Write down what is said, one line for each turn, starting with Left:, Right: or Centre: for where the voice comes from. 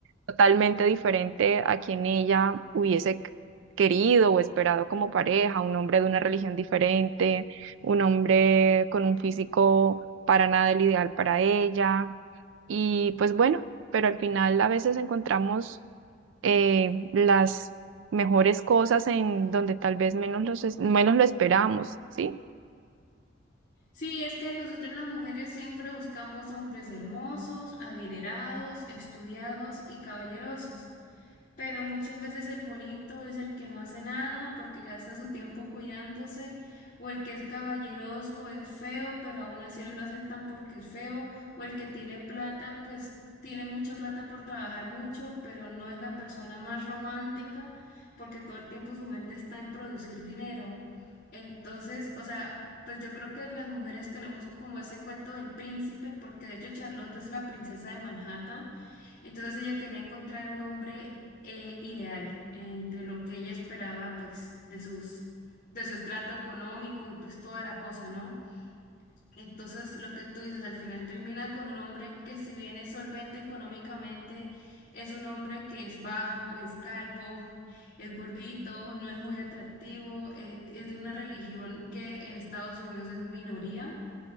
Right: totalmente diferente a quien ella hubiese querido o esperado como pareja, un hombre de una religión diferente un hombre con un físico para nada el ideal para ella. Y pues bueno, pero al final a veces encontramos eh, las mejores cosas en donde tal vez menos, los es- menos lo esperamos, ¿sí?
Left: Sí, es que nosotros las mujeres siempre buscamos hombres hermosos, adinerados, estudiados y caballerosos. Pero muchas veces el bonito es el que no hace nada porque gasta su tiempo cuidándose, o el que es caballeroso, o es feo, pero aún así no lo aceptan porque es feo, o el que tiene plata, pues tiene mucha plata por trabajar mucho, pero no es la persona más romántica porque todo el tiempo su mente está en producir dinero. Entonces, o sea, pues yo creo que las mujeres tenemos como ese cuento del príncipe, porque de hecho Charlotte es la princesa de Manhattan entonces ella quería encontrar un hombre eh, ideal entre lo que ella esperaba, pues, de sus, de su estrato económico y pues toda la cosa, ¿no? Entonces lo que tú dices al final termina con un hombre que si bien es solvente económicamente, es un hombre que es bajo, es calvo, es gordito, no es muy atractivo, eh, es de una religión que en Estados Unidos es minoría.